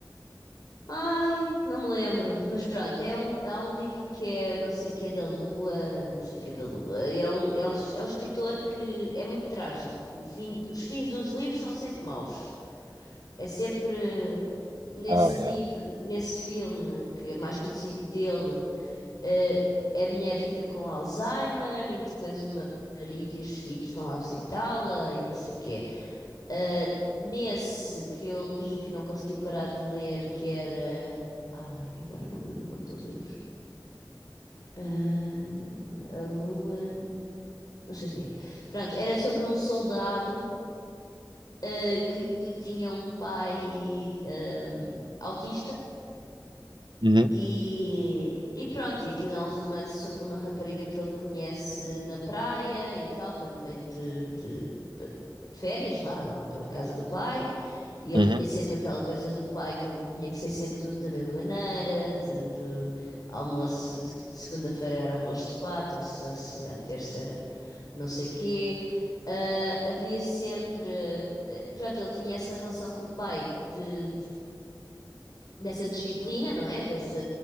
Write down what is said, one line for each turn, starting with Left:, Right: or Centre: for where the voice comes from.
Left: Ai, não me lembro. Mas pronto, é um, é um livro que é não sei o que da Lua, não sei o que da Lua. e É um, é um, é um escritor que é muito trágico. No fim, os fins dos livros são sempre maus. É sempre nesse
Right: Ah, é.
Left: livro, nesse filme que é mais conhecido dele eh, a mulher fica com Alzheimer e depois o marido e os filhos vão lá visitá-la e não sei o quê. Eh, nesse que eu li, que não consegui parar de ler, que era. Ai, agora não me lembro o nome do livro. Ah, a Lua. Não sei o quê. Pronto, era sobre um soldado. eh, que tinha um pai ehm, autista
Right: Uhum,
Left: E, e pronto, e aquilo é um romance sobre uma rapariga que ele conhece na praia e tal, quando vem de, de- pa- de férias lá, ou para a casa do pai. E ele
Right: uhum,
Left: tinha sempre aquela coisa do pai que tinha que ser sempre tudo da mesma maneira: de, de almoço de, de segunda-feira era arroz de pato, ou se, a, se a terça era não sei quê. Ah, havia sempre. eh, Pronto, ele tinha essa relação com o pai de, dessa disciplina, não é? Dessa,